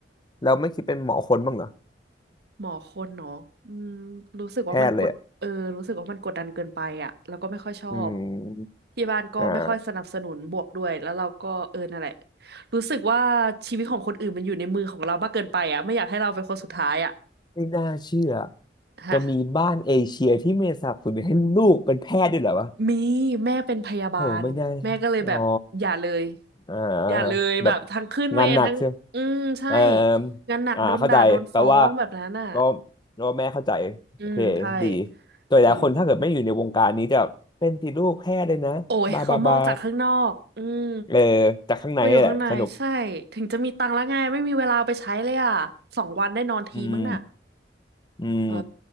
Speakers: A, on the left; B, on the right.
A: เราไม่คิดเป็นหมอคนบ้างเหรอ
B: หมอคนเนาะอืมรู้สึกว่ามันกดเออรู้สึกว่ามันกดดันเกินไปอ่ะแล้วก็ไม่ค่อยชอบ
A: แพทย์เลยอะอืม
B: ที่บ้านก็ไม่ค่อยสนับสนุนบวกด้วย
A: อ่า
B: แล้วเราก็เออนั่นแหละรู้สึกว่าชีวิตของคนอื่นมันอยู่ในมือของเรามากเกินไปอ่ะไม่อยากให้เราเป็นคนสุดท้ายอ่ะ
A: ไม่น่าเชื่อ
B: ฮะ
A: จะมีบ้านเอเชียที่ไม่สนับสนุนให้ลูกเป็นแพทย์ด้วยเหรอวะ
B: มีแม่เป็นพยาบาลแม่ก็เลยแบบอย่าเลย
A: โหไม่น่าอ๋อ อ่า
B: อย่าเลยแบบทั้งขึ้นเวรทั้งอืมใช่
A: แบบงานหนักใช่ไหมเอ่อ
B: งานหนักโดนด่าโดนฟ้องแบบนั้นอ่ะ
A: อ่าเข้าใจแปลว่าก็ก็แม่เข้าใจโอเคดี
B: อืมใช่
A: โดยหลายคนถ้าเกิดไม่อยู่ในวงการนี้จะเป็นติดลูกแพ้เลยนะบาบาบา
B: จริง โอ้ยเขามองจากข้างนอกอืม
A: เออจากข้างในแหละสนุก
B: พออยู่ข้างในใช่ถึงจะมีตังค์แล้วไงไม่มีเวลาไปใช้เลยอ่ะสองวันได้นอนทีมั้งน่ะ
A: อืมอืม
B: เออ